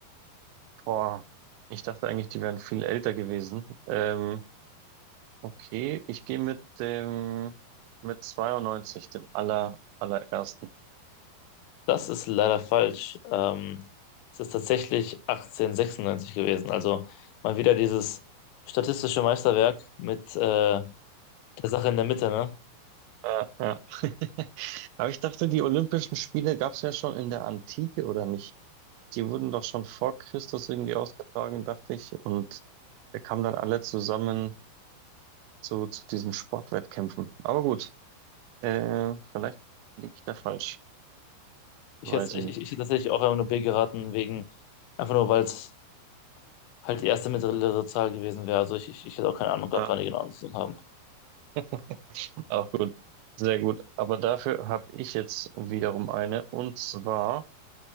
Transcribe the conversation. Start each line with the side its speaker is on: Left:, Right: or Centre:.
Right: Boah, ich dachte eigentlich, die wären viel älter gewesen. Ähm, okay, ich gehe mit dem mit 92, dem aller, allerersten.
Left: Das ist leider falsch. Ähm, es ist tatsächlich 1896 gewesen. Also mal wieder dieses statistische Meisterwerk mit äh, der Sache in der Mitte, ne?
Right: Äh, ja. <laughs> Aber ich dachte, die Olympischen Spiele gab es ja schon in der Antike, oder nicht? Die wurden doch schon vor Christus irgendwie ausgetragen, dachte ich. Und wir kamen dann alle zusammen zu, zu diesen Sportwettkämpfen. Aber gut. Äh, vielleicht liege ich da falsch. Weiß
Left: Ich hätte,
Right: ich
Left: ich,
Right: nicht.
Left: ich ich hätte tatsächlich auch einfach nur B geraten, wegen, einfach nur, weil es halt die erste mittlere Zahl gewesen wäre. Also ich, ich, ich hätte auch keine Ahnung gehabt,
Right: Ah,
Left: wann die genau angefangen haben.
Right: <laughs> auch gut. Sehr gut. Aber dafür habe ich jetzt wiederum eine. Und zwar,